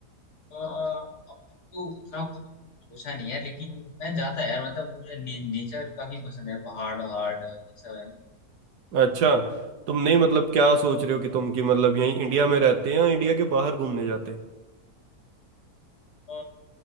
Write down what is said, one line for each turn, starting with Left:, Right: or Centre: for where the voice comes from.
Left: अ, अब तो उतना कुछ सोचा नहीं है लेकिन मैं जाता है यार मतलब मुझे ने, नेचर काफी पसंद है पहाड़ वहाड़ और ये सब है ना।
Right: अच्छा तुम नहीं मतलब क्या सोच रहे हो कि तुम कि मतलब यहीं इंडिया में रहते हैं या इंडिया के बाहर घूमने जाते
Left: अ,